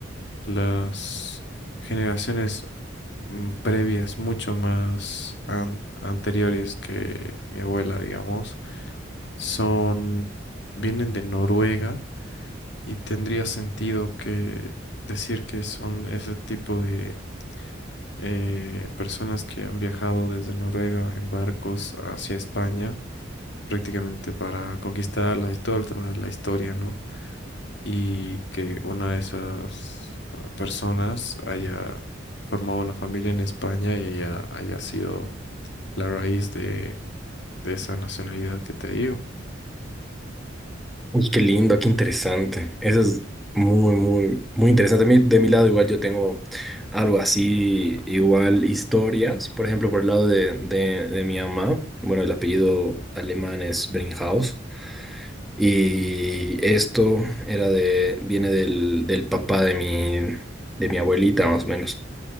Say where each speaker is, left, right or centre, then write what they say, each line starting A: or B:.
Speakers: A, on the left (about 65°); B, in the centre.
A: las generaciones mm, previas, mucho más an- anteriores que mi abuela, digamos, son, vienen de Noruega Y tendría sentido que decir que son ese tipo de eh, personas que han viajado desde Noruega en barcos hacia España, prácticamente para conquistarlas y todo el tema de la historia, ¿no? Y que una de esas eh, personas haya formado una familia en España y haya, haya sido la raíz de, de esa nacionalidad que te digo.
B: Uy, qué lindo, qué interesante. Eso es muy, muy, muy interesante. Mi- De mi lado, igual yo tengo algo así, igual historias. Por ejemplo, por el lado de, de, de mi mamá, bueno, el apellido alemán es Brinkhaus. Y esto era de, viene del, del papá de mi, de mi abuelita, más o menos.